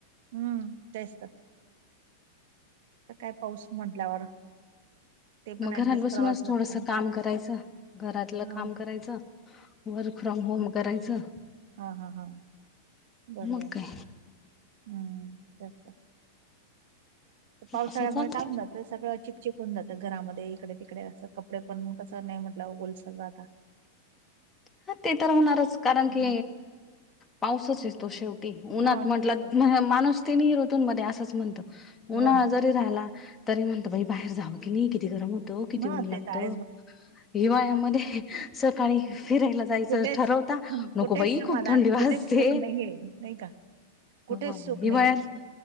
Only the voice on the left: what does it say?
मग
घरात बसूनच
थोडस
काम करायचं घरातलं
काम करायच, वर्क फ्रॉम होम करायचं.
मग काय
असं चाललंय
हा ते तर होणारच कारण
की पाऊसच येतो शेवटी उन्हात
म्हटला
माणूस तिनही ऋतूंमध्ये असंच म्हणतो.
उन्हाळा
जरी राहिला तरी म्हणतो बाई बाहेर जावं की नाही किती गरम होतो किती
ऊन लागत,
हिवाळ्यामध्ये सकाळी फिरायला जायचं
ठरवता
नको
बाई
खूप थंडी वाजते.
हो
हिवाळ्यात,